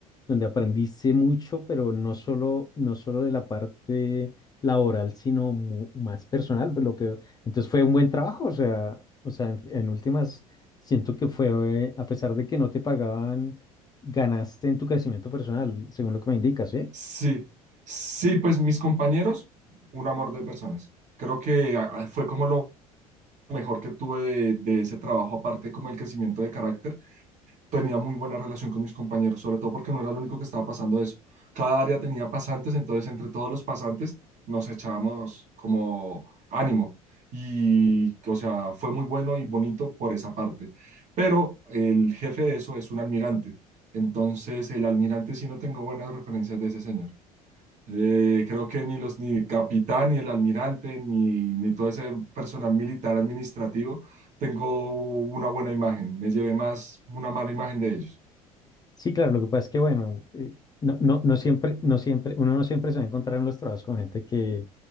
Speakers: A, on the left (about 20°); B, on the right (about 40°).
A: donde aprendiste mucho, pero no solo, no solo de la parte laboral, sino mu- más personal, por lo que veo. Entonces fue un buen trabajo, o sea, o sea, en, en últimas, siento que fue, eh, a pesar de que no te pagaban, ganaste en tu crecimiento personal, según lo que me indicas, ¿eh?
B: Sí, sí, pues mis compañeros, un amor de personas. Creo que ah, fue como lo mejor que tuve de, de ese trabajo, aparte como el crecimiento de carácter, tenía muy buena relación con mis compañeros, sobre todo porque no era el único que estaba pasando eso. Cada área tenía pasantes, entonces entre todos los pasantes nos echábamos como ánimo. Y, o sea, fue muy bueno y bonito por esa parte. Pero el jefe de eso es un almirante. Entonces, el almirante sí no tengo buenas referencias de ese señor. Eh, creo que ni los ni capitán, ni el almirante, ni, ni todo ese personal militar administrativo tengo una buena imagen. Me llevé más una mala imagen de ellos.
A: Sí, claro, lo que pasa es que, bueno, eh, no, no, no siempre, no siempre, uno no siempre se va a encontrar en los trabajos con gente que,